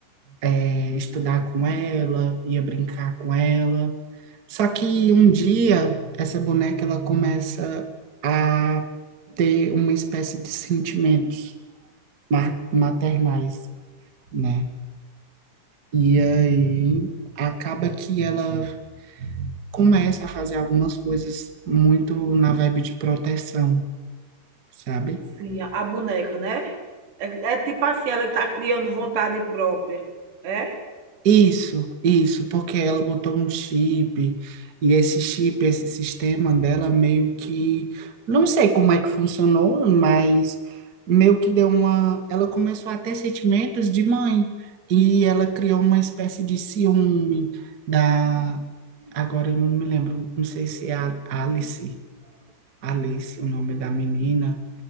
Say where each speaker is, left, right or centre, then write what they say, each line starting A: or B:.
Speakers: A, on the right; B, on the right.
A: é, estudar com ela, ia brincar com ela. Só que
B: Sim,
A: um dia, essa boneca, ela começa a ter uma espécie de sentimentos ma- maternais, né? E aí acaba que ela começa a fazer algumas coisas muito na vibe de proteção, sabe?
B: sim, a a boneca, né? É, é tipo assim, ela tá criando vontade própria, é?
A: Isso, isso, porque ela botou um chip e esse chip, esse sistema dela meio que, não sei como é que funcionou, mas meio que deu uma, ela começou a ter sentimentos de mãe e ela criou uma espécie de ciúme da, agora eu não me lembro, não sei se é a Alice, Alice, o nome
B: Sim,
A: da menina,